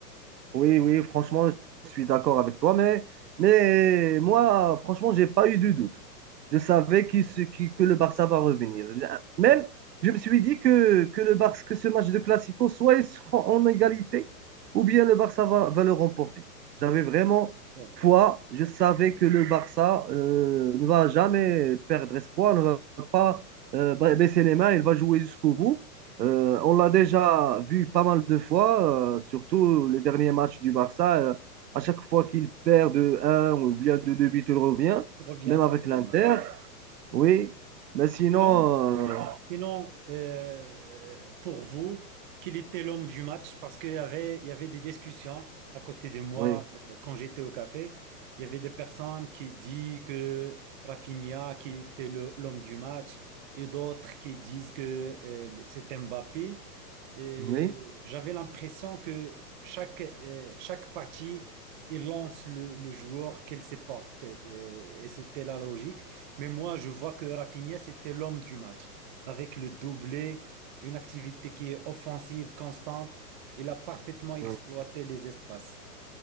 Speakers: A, on the right; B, on the right.
A: Oui, oui, franchement, je suis d'accord avec toi, mais, mais moi, franchement, j'ai pas eu de doute. Je savais qu'il se- qu'il- que le Barça va revenir. J'ai- Même,
B: Oui,
A: je me suis dit que, que, le Barça, que ce match de Classico, soit ils seront en égalité, ou
B: oui,
A: bien le Barça va, va le remporter. J'avais vraiment
B: c'est
A: foi,
B: vrai.
A: je savais que le Barça euh, ne va jamais perdre espoir, ne va pas euh, baisser les mains, il va jouer jusqu'au bout. Euh, on l'a déjà vu pas mal de fois, euh, surtout les derniers matchs du Barça. euh, à chaque fois qu'il perd de un, ou bien de 2 buts, il revient,
B: Il revient
A: même avec
B: facilement.
A: l'Inter. Oui, mais sinon,
B: Sinon,
A: euh,
B: Sinon, euh, pour vous, quel était l'homme du match? Parce qu'il y avait, il y avait des discussions à côté de moi
A: oui,
B: euh, quand j'étais au café. Il y avait des personnes qui disent que Rafinha qui était le- l'homme du match et d'autres qui disent que euh, c'était Mbappé. Et
A: oui,
B: J'avais l'impression que chaque, euh, chaque partie il lance le, le joueur qu'elle se porte. euh, et c'était la logique. Mais moi, je vois que Rafinha, c'était l'homme du match avec le doublé, une activité qui est offensive, constante. Il a parfaitement exploité
A: oui,
B: les espaces.